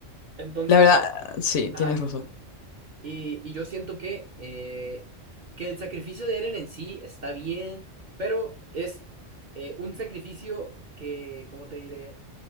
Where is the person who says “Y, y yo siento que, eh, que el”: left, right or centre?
Right